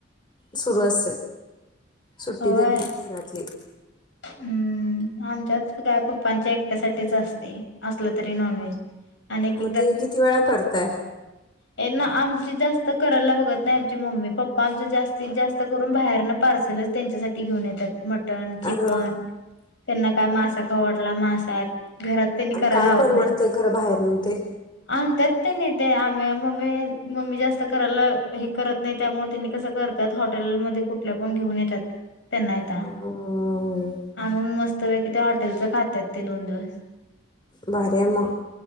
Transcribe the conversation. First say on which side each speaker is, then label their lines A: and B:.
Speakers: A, on the left; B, on the left.
A: सुरू असते. सुट्टी
B: होय
A: देत नाही घरातली.
B: हम्म आमच्याच काय पप्पांच्या एकट्यासाठीच असते, असलं तरी नॉनव्हेज. आणि एक
A: मग ते किती वेळा करताय?
B: ये ना आमची जास्त करायला बघत नाही. आमची मम्मी पप्पा आमचा जास्तीत जास्त करून बाहेर न पार्सलच त्यांच्यासाठी घेऊन येतात मटन, चिकन,
A: अरे वा
B: त्यांना काय मास खाऊ वाटला मासा घरात त्यांनी
A: आणि
B: करायला
A: काय
B: लावत
A: परवडतंय
B: नाहीत.
A: खरं बाहेरनं ते
B: आणत्यात त्यांनी आम मम्मी जास्त करायला हे करत नाही त्यामुळे त्यां कस करतात हॉटेलमध्ये कुठल्या पण घेऊन येतात. त्यांना येता.
A: अं,
B: आणून मस्त पैकी हॉटेलचं खातात ते दोन दिवस.
A: भारी आहे मग